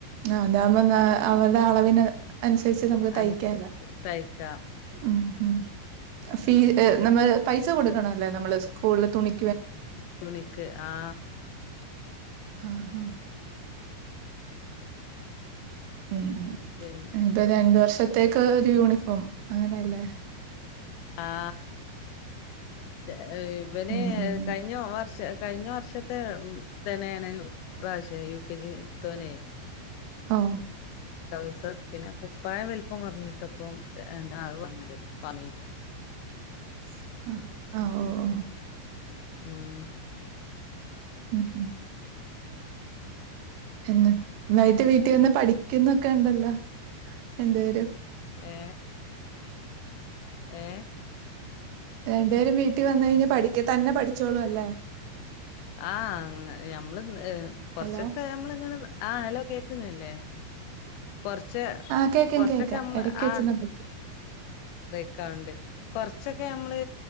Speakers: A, on the right; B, on the left.
A: ആ അതാകുമ്പേ എന്ന അവരുടെ അളവിന് അനുസരിച്ച് നമുക്ക് തയ്ക്കാല.
B: അനുസരിച്ച് തയ്ക്കാം
A: ഉം ഉ ഫീ നമ്മ പൈസ കൊടുക്കണല്ലേ നമ്മള് സ്കൂളിൽ തുണി
B: തുണിക്ക് ആ
A: ആഹ ഉ ഉം
B: പിന്നെ
A: ഇപ്പൊ രണ്ടു വർഷത്തേക്ക് ഒരു യൂണിഫോം അങ്ങനെയല്ലേ.
B: ആ ചെ ഇവന്
A: ഉം ഉം
B: കഴിഞ്ഞ വർഷ കഴിഞ്ഞ വർഷത്തെ തന്നെയാണ് ഈ പ്രാവശ്യം. യു കെ ജിലത്തവനെ
A: ആ
B: ട്രൗസർ പിന്നെ കുപ്പായം വലുപ്പം കുറഞ്ഞിട്ടപ്പം രണ്ട് ങ്ങട് വാങ്ങി.
A: <inaudible> ആ ആ, ഓ ഓ
B: ഉം
A: ഉം ഉം പിന്നെ വൈകിട്ട് വീട്ടിൽ വന്ന് പഠിക്കുന്നൊക്കെ ഉണ്ടല്ലോ. രണ്ടുപേരും.
B: ഏ ഏ
A: രണ്ടു പേരും വീട്ടിൽ വന്ന് കഴിഞ്ഞാ പഠിക്ക തന്നെ പഠിച്ചോളും അല്ലേ.
B: ആ അങ്ങ് ഞമ്മള് കൊറച്ചൊക്കെ
A: ഹലോ
B: നമ്മള് ഇങ്ങനെ ആ ഹലോ കേ ക്കുന്നില്ലേ. കൊറച്ച്
A: ആ, കേക്കാം
B: കൊറച്ചൊക്കെ
A: കേക്കാം
B: നമ്മൾ
A: ഇടക്ക് വെച്ചൊന്ന്
B: ആ
A: ബ്രേക്ക്
B: ബ്രേക്കാവണ്ട്. കൊറച്ചൊക്കെ നമ്മള്